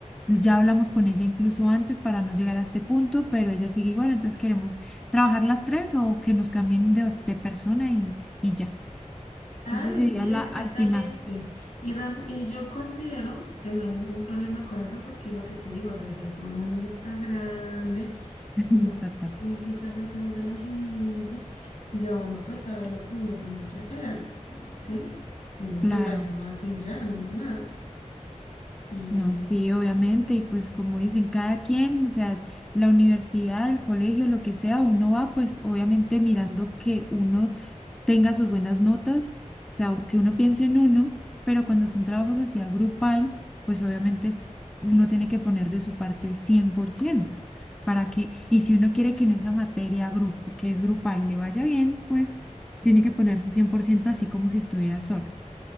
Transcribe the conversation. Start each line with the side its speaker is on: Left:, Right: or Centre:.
Centre: Ya hablamos con ella incluso antes para no llegar a este punto, pero ella sigue igual, entonces queremos trabajar las tres o que nos cambien de, ot- de persona y, y ya.
Left: Claro,
Centre: Esa sería
Left: sí, exactamente.
Centre: la al final.
Left: Y, ram- y yo considero que no hay ningún problema con eso porque lo que te digo, o sea, ya todo el mundo está grande,
Centre: <laughs>
Left: ya uno
Centre: Total.
Left: tiene que estar detrás de la gente, ya uno pues sabe lo que uno tiene que hacer, ¿sí? Y uno
Centre: Claro,
Left: pues bailó así ya, no es más. Y
Centre: no, sí, obviamente. Y pues como dicen, cada quien, o sea, la universidad, el colegio, lo que sea, uno va pues obviamente mirando que uno tenga sus buenas notas, o sea, que uno piense en uno, pero cuando son trabajos así a grupal, pues obviamente uno tiene que poner de su parte el 100% para que, y si uno quiere que en esa materia grupo, que es grupal, le vaya bien, pues tiene que poner su 100% así como si estuviera solo